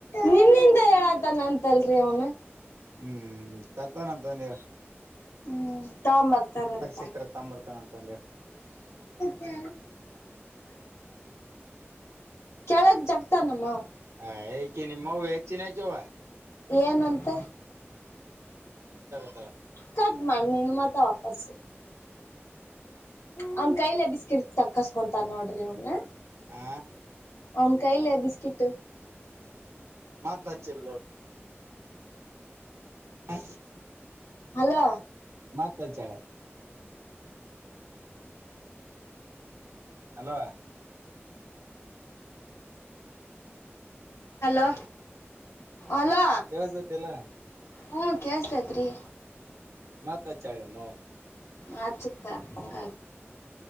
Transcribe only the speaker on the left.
ನಿನ್ಿಂತ ಹೇಳತ ನಂತಲ್ರಿ ಒಮ್ಮೆ
ಹ್ಮ್ ತಗ ಬರ್ತಾರಂತ
ಕೆ ಕೆಳಗ್ ಜಗ್ತಾನಮ್ಮ
ಏನ್ಂತ
ಕದ್ ಮಾಡಿ ನೀನು ಮತ್ತ ವಾಪಸು ಅವನ್ ಕೈಲೆ ಬಿಸ್ಕಿಟ್ ತಕಸ್ಕೊಂತಾರ್ ನೋಡ್ರಿ ಅವನ
ಅವನ್ ಕೈಲ್ಲ ಬಿಸ್ಕಿಟ್
ಹಲೋ
ಹಲೋ ಅಲೋ
ಹ್ಮ ಕೇಳ್ಸ್ತತ್ರಿ
ಆ ಚ ಸ ಹಂಗ